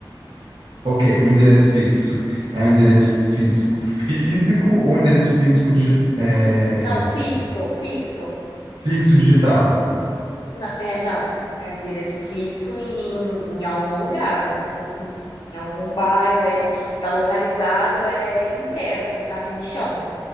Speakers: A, on the right; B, on the left.
A: Ok, o endereço fixo é um endereço físico físico ou endereço físico digi- é,
B: Não, fixo, fixo.
A: fixo digital?
B: Não, é, não. É um endereço fixo em, em algum lugar, pode ser um- em algum bairro, é, tá localizado é em terra, sabe? Em chão.